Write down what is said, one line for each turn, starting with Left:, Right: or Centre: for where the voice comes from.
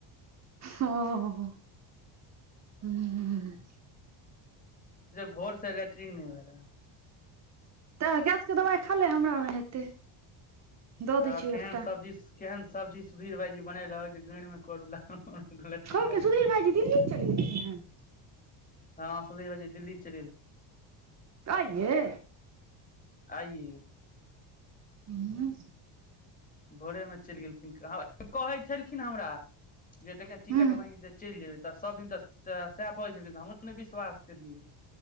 Right: ओ हो ह
Left: भोर से लेक्ट्रींग नहि भेलै हन
Right: तऽ गैसके दबाई खा ले हमरा मे हेतै दऽ दै
Left: आ
Right: छियौ
Left: केहन
Right: एकटा
Left: सब्जी केहन सब्जी सुधीर भायजी बनेलक जे गांरि मे करू लागल ठीकल
Right: कहलकै सुधीर भाईजी दिल्ली चलि गेलखिन हन
Left: हँ सुधी बाजी दिल्ली चलि गेलथिन
Right: आइये
Left: आइए
Right: हू
Left: भोरेमे चलि गेलखिन हँ कहै छलखिन हमरा जे देखियै टिकट
Right: हूं
Left: बनि जेतै चलि जेबै तऽ सब दिन तऽ तोरा सएह बाजय छलखिन तऽ हमर ने विश्वास केलियै